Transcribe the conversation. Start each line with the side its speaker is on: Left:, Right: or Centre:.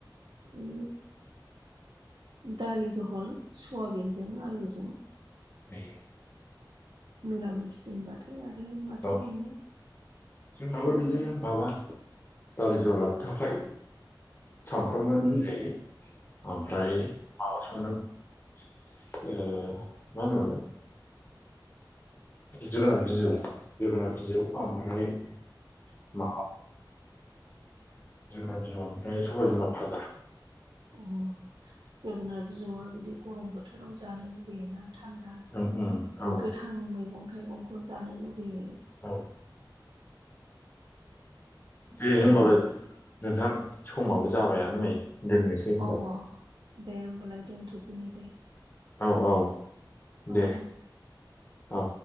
Right: उ दालि बहल सयाबिनजों आलुजों
Left: ए
Right: निरामिस दोनबाथाय आरो माथो
Left: औ
Right: मोननो
Left: जोंनाबो
Right: बिदि
Left: माबा दालि जला थ थाखाय सानफ्रामोन होनै ओमफ्राय माबा आ मानालाय जोगोनार बिजौ जोगोनार बिजौ ओमफ्राय म जोगोना ओमफ्राय सबबाय बिनाव भाजा
Right: अ जोगोनार बिजौआ बिदि गरम बोथोराव जानो लुुबैयोना थान्दा
Left: ओम ओम औ
Right: गोथां मैगं थाइगंखौ जानो लुुबैयो
Left: औ दे होमबालाय
Right: गरम बोथोराव
Left: नोंथां समाबो जाबायानो नै दोननो सै होमबा
Right: अ दे होमबालाय दोनथ'दिनि दे।
Left: औ औ। दे
Right: औ।
Left: औ।